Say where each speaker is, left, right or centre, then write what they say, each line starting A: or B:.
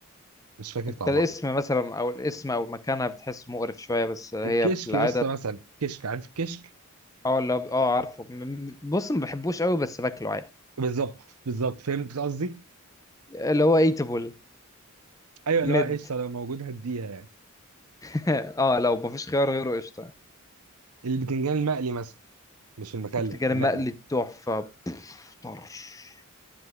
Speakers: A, on the right; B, on the left.
A: مش فاكر
B: انت
A: طعمها
B: الاسم مثلا او الاسم او مكانها بتحس مقرف شويه بس هي
A: الكشك
B: في العاده
A: يا اسطى مثلا كشك عارف الكشك
B: اه اللي هو ب- اه عارفه م- م- بص ما بحبوش قوي بس باكله عادي
A: بالظبط بالظبط فهمت قصدي
B: اللي هو ايتابل
A: ايوه
B: مد
A: اللي هو قشطه لو موجود هديها يعني
B: <laughs> اه لو ما فيش خيار غيره قشطه
A: البتنجان المقلي مثلا مش المخلل
B: بتجي مقلي
A: المقلي
B: تحفه بوف، طرش